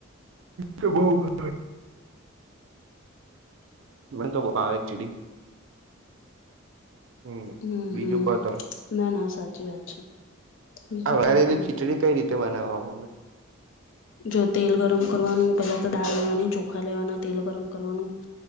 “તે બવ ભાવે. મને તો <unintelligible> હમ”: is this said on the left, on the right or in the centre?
Right